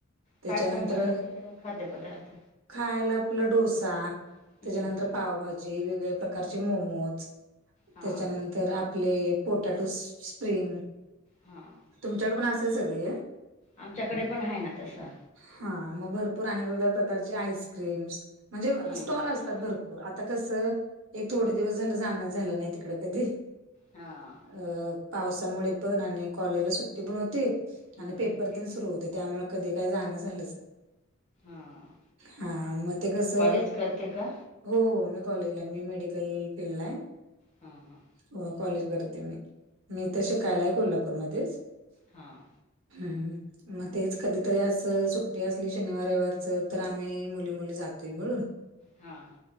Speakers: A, on the right; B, on the left.
A: त्यांच्यानंतर
B: काय काय मिळतं तिकडं खाद्यपदार्थ
A: खांयला आपलां डोसां
B: हम्म
A: त्यांच्यानंतर
B: हम्म
A: पावभाजी वेगवेगळ्यां प्रकारचें मोमोज
B: हां
A: त्यांच्यानंतर तरं आपले पोटॅटो स्प्रिंग.
B: हां
A: तुमच्याकडे पण असेल सगळे
B: आमच्यांकडे पणं आहे नां तसं.
A: हां मंग भरंपूर आणि वेगं वेेगळ्यां प्रकारचे आईस्क्रीम्स म्हणजे
B: हम्म
A: स्टॉल असतांत भरंपूर. हो आंता कसं एक थोडे दिवसं झालं जाणं झालं नाहीं तिकडं कधीं.
B: हां
A: अं पावसांमुळे पणं आणि कॉलेजलां सुट्टी पणं होती.
B: हम्म
A: आणि
B: हम्म
A: पेपर ते सुंरु होते त्यांमुळे कधीं कायं जाणं झालंच नाहीं.
B: हां
A: हां मंग ते कसं
B: कॉलेज करते का
A: हो हो मी कॉलेजला आहे मी मेडिकल फील्डला आहे.
B: हां हां
A: हो कॉलेज करते मी ईथ शिकांयला आहे कोल्हापूरमध्यें चं
B: हां
A: हम्मं मंग तेचं कधींतरी असं सुट्टी असली शनिवार रविवारचं. तरं आम्हीं मुली मुली जातोय मिळूंन.
B: हां